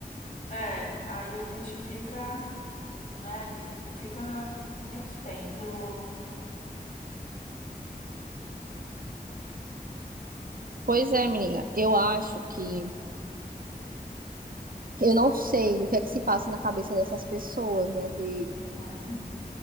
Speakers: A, on the left (about 60°); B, on the right (about 65°).
A: É, aí a gente fica, né, ali, fica refém do.
B: Pois é, menina, eu acho que eu não sei o que é que se passa na cabeça dessas pessoas, né, que
A: Uhum.